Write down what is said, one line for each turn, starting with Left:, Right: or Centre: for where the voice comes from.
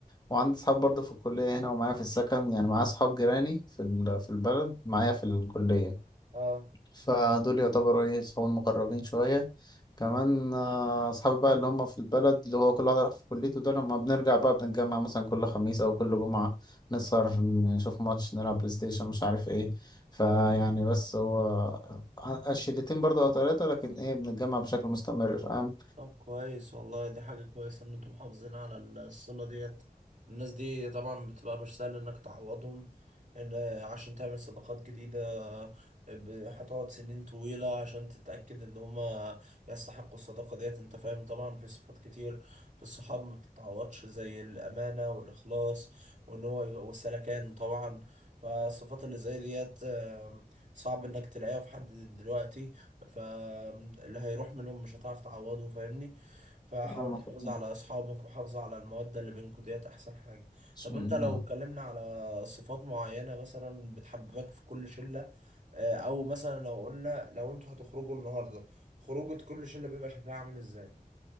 Left: وعندي اصحاب برضه في الكليه هنا ومعايا في السكن يعني معايا اصحاب جيراني في ال- في البلد معايا في الكليه
Right: اه
Left: فدول يعتبروا ايه صحاب المقربين شويه كمان آه، اصحابي بقى اللي هم في البلد اللي هو كل واحد راح في كليته ده لما بنرجع بقى بنتجمع مثلا كل خميس او كل جمعه نسهر نشوف ماتش نلعب بلاي ستيشن مش عارف ايه فيعني
Right: اه
Left: بس هو الشلتين برضه او ثلاثه لكن ايه بنتجمع بشكل مستمر فاهم
Right: طب كويس والله دي حاجة كويسة إن أنتم محافظين على الصلة ديت الناس دي طبعا بتبقى مش سهل إنك تعوضهم إن عشان تعمل صداقات جديدة ب- هتقعد سنين طويلة عشان تتأكد إن هما يستحقوا الصداقة ديت أنت فاهم طبعا في صفات كتير في الصحاب ما بتتعوضش زي الأمانة والإخلاص وإن هو يبقى- والسلكان طبعا فالصفات اللي زي ديت آم، صعب إنك تلاقيها في حد دلوقتي فاللي هيروح منهم مش هتعرف تعوضه فاهمني فحاول
Left: آه،
Right: تحافظ
Left: إن
Right: على اصحابك وحافظ على المودة اللي بينكوا ديت احسن حاجة
Left: شاء
Right: طب انت
Left: الله
Right: لو اتكلمنا على صفات معينة مثلا بتحببك في كل شلة آه، او مثلا لو قلنا لو انتوا هتخرجوا النهاردة خروجة كل شلة بيبقى شكلها عامل ازاي